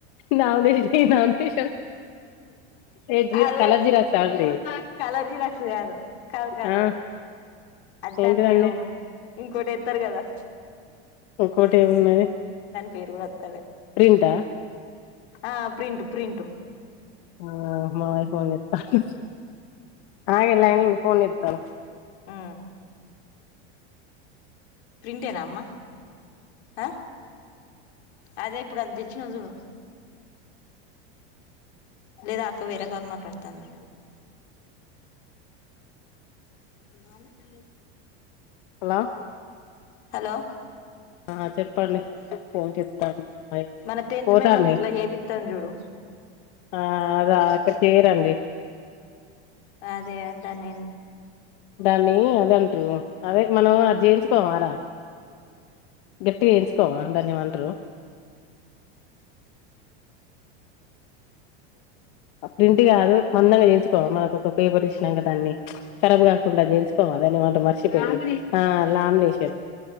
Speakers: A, on the left; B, on the left.
A: నామినేషన్ ఏయ్ నామినేషన్ ఏ జి
B: అదే
A: కలర్ జిరాక్స్లు యాడున్నాయి
B: కలర్ జిరాక్స్ కాదు కాదు కాదు
A: ఆ
B: అది దానికి
A: ఏంటిదండి
B: ఏదో ఇంకోటి ఎత్తరు గదా
A: ఇంకోటి ఏమిన్నుది
B: పేరు కూడా వత్తలే
A: ప్రింటా
B: ఆ ప్రింటూ ప్రింటూ
A: ఆ మావయి ఫోన్ జెతాండు ఆ ఇగ లైన్లో ఉండు ఫోన్ జేత్తాను
B: మ్ ప్రింటెనమ్మ ఆ అదే ఇప్పుడు అది తెచ్చినవ్ జుడు లేదక్క వేరే కాల్ మాట్లాడతన్న ఆమె <inaudible>
A: హలో
B: హలో
A: ఆ చెప్పండి ఫోన్ చేత్తాండి
B: మన టెన్త్
A: పోతాంది
B: మెమోలకి ఇట్లా చేపిత్తాం చూడు
A: ఆ <unintelligible> చేయరండి
B: అదే అద్దని
A: దాన్ని అదంటు అదే మనం అది చేయించుకోవాల గట్టిగా ఏయించుకోమా దాన్ని ఏమో అంటారు ప్రింట్ కాదు మందంగా చేయించుకోమా మాకొక పేపర్ ఇచ్చినాక దాన్ని కరాబ్ కా కుండా అది చేయిస్తాం దాన్నేమంటాం మర్చిపోయిన ఆ ల్యామినేషన్